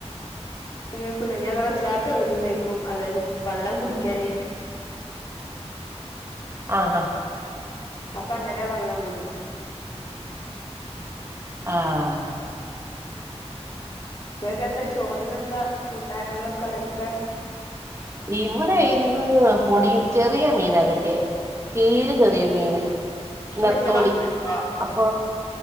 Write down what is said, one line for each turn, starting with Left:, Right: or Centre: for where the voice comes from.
Left: എയ്നേക്കൂല അതവാ ച്ലാപ്പൊ എഴുന്നേക്കും അതായത് വെള്ളം കുടിക്കാനേ.
Right: ആഹ് ഹാ.
Left: അപ്പങ്ങനെ വെള്ളം കൊടുക്കും.
Right: ആഹ്.
Left: ങ്ങക്കെന്താ ചോറിന് എന്താ കൂട്ടാ നാളും കറിയൊക്കെ.
Right: ഇവിടെ ഇന്ന് പൊടി ചെറിയ മീനാക്കിട്ടിയേ തീരെചെറിയ മീന് നത്തോലി
Left: മറ്റേ ബത്തളോ
Right: അപ്പൊ